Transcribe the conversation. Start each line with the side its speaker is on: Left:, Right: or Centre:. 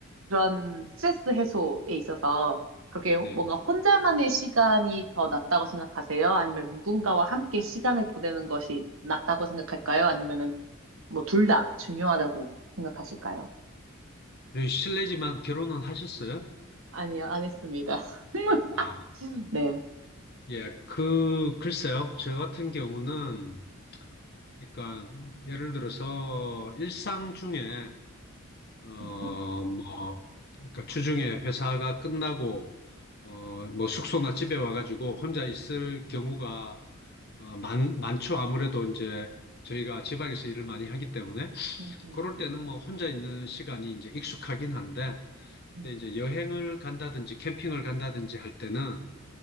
Right: 그런 스트레스 해소에 있어서 그렇게 뭔가
Left: 네.
Right: 혼자만의 시간이 더 낫다고 생각하세요? 아니면 누군가와 함께 시간을 보내는 것이 낫다고 생각할까요? 아니면은 뭐 둘 다 중요하다고 생각하실까요?
Left: 네, 실례지만 결혼은 하셨어요?
Right: 아니요, 안 했습니다. <laughs>
Left: 아,
Right: 네.
Left: 예, 그, 글쎄요. 저 같은 경우는, 그러니까, 예를 들어서 일상 중에, 어,
Right: 음, 음,
Left: 뭐, 그러니까 주중에 회사가 끝나고, 어, 뭐 숙소나 집에 와가지고 혼자 있을 경우가 어, 많, 많죠. 아무래도 이제 저희가 지방에서 일을 많이 하기 때문에.
Right: 음,
Left: 그럴 때는 뭐 혼자 있는 시간이 이제 익숙하긴 한데,
Right: 음,
Left: 근데 이제 여행을 간다든지 캠핑을 간다든지 할 때는